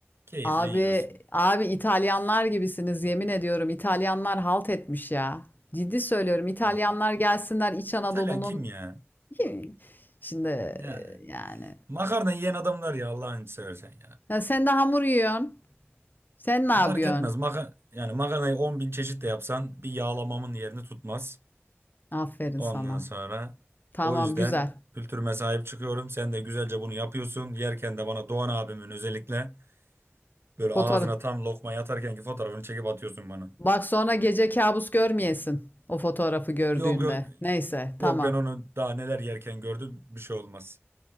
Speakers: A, on the right (about 55°); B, on the left (about 40°).
A: Keyifle
B: Abi
A: yiyorsun.
B: abi İtalyanlar gibisiniz yemin ediyorum. İtalyanlar halt etmiş ya. Ciddi söylüyorum. İtalyanlar
A: Abi
B: gelsinler İç Anadolu'nun
A: İtalyan kim ya?
B: Kim? Şimdi e,
A: Yani
B: yani.
A: makarna yiyen adamlar ya Allah'ını seversen ya.
B: Ya sen de hamur yiyorsun. Sen ne yapıyorsun?
A: Fark etmez. Maka yani makarnayı 10 bin çeşit de yapsan bir yağlamamın yerini tutmaz.
B: Aferin
A: Ondan
B: sana.
A: sonra
B: Tamam
A: o yüzden
B: güzel.
A: kültürüme sahip çıkıyorum. Sen de güzelce bunu yapıyorsun. Yerken de bana Doğan abimin özellikle Böyle
B: Fotoğraf.
A: ağzına tam lokma yatarkenki fotoğrafını çekip atıyorsun bana.
B: Bak sonra gece kabus görmeyesin. O fotoğrafı gördüğünde.
A: Yok yok
B: Neyse
A: yok
B: tamam.
A: ben onu daha neler yerken gördüm bir şey olmaz.